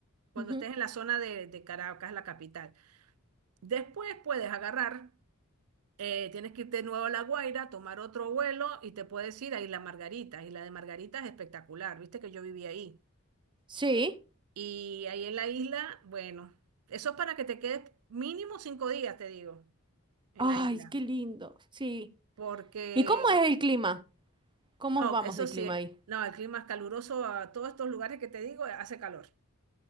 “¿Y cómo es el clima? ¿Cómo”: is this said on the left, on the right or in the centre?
Right